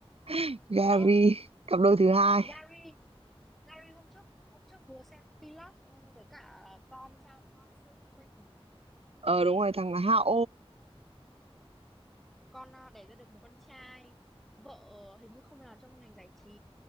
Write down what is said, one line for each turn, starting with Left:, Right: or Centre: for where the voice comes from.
Right: <laughs> Gary
Centre: ơ
Right: cặp đôi thứ hai
Centre: Gary Larry hôm trước hôm trước vừa xem vlog ừ, với cả con sao con siêu thông minh
Right: ờ đúng rồi thằng là Hao
Centre: con à, đẻ ra được một con trai vợ ờ, hình như không làm trong ngành giải trí